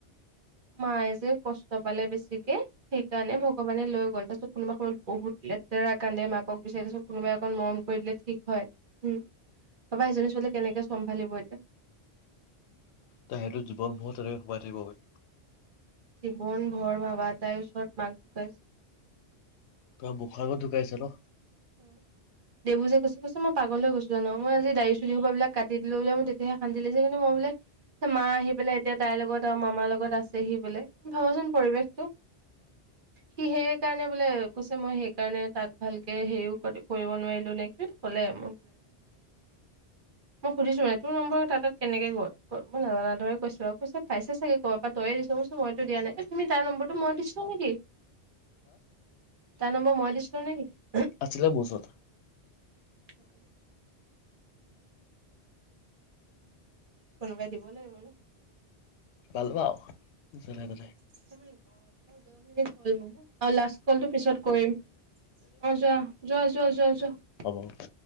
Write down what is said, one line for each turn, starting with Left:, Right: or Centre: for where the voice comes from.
Right: মায়ে যে কষ্ট পালে বেছিকে সেইকাৰণে ভগৱানে লৈ গ'ল তাৰপিছত কোনোবা সময়ত বহুত লেতেৰা কান্দে মাকক বিচাৰি পিছত কোনোবাই অকণ মৰম কৰি দিলে ঠিক হয়। উম, ভাবা সেইজনী ছোৱালী কেনেকে চম্ভালিব এতিয়া।
Left: তো সেইতো জীৱন বহুতৰে সোমাই থাকিব গৈ।
Right: জীৱন ভৰ ভাবা তাইৰ ওচৰত মাক ঢুকাইছে।
Left: তাৰ মুখৰ আগত ঢুকাইছে ন।
Right: <inaudible> দেবুজে কৈছে কৈছে মই পাগল হৈ গৈছো জানো মই আজি দাৰি চুলি সোপা বিলাক কাটি দিলো তেতিয়াহে শান্তি লাগিছে কিন্তু মই বোলে মা আহি পেলাই এতিয়া তাইৰ লগত আৰু মামাৰ লগত আছেহি বোলে ভাবাচোন পৰিৱেশটো। সি সেই কাৰণে বোলে কৈছে মই সেইকাৰণে তাত ভাল এ হেৰিও কৰিব নোৱাৰিলো নেকি কি ক'লে মোক। মই সুধিছো তাইক তোৰ নম্বৰ তাৰ তাত। কেনেকে গ'ল মই নাজানাৰ দৰে কৈছো আৰু কৈছে পাইছেচাগে ক'ৰবাত তই দিছ মইতো দিয়া নাই। তুমি তাৰ নম্বৰটো মই দিছিলো নেকি তাৰ নম্বৰ মই দিছিল নেকি।
Left: আছিলে মোৰ ওচৰত।
Right: <unintelligible> কোনোবাই দিব লাগিব ন '।
Left: পালোঁ আৰু যেনে তেনে।
Right: <unintelligible> অহ লাষ্ট কলটো পিছত কৰিম অহ যোৱা, যোৱা যোৱা, যোৱা, যোৱা।
Left: হ'ব।